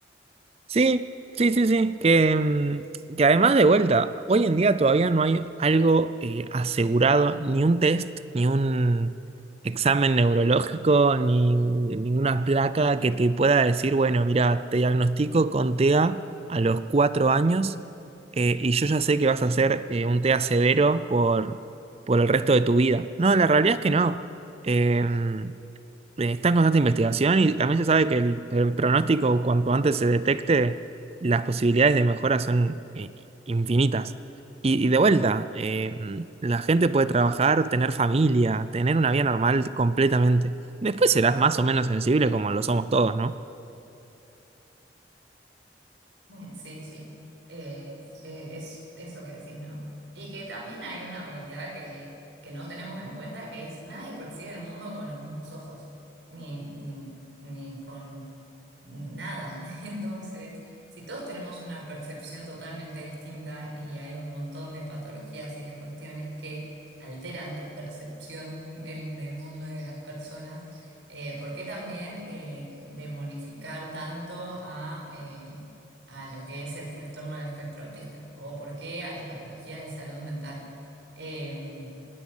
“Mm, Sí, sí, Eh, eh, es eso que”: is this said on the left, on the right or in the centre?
Right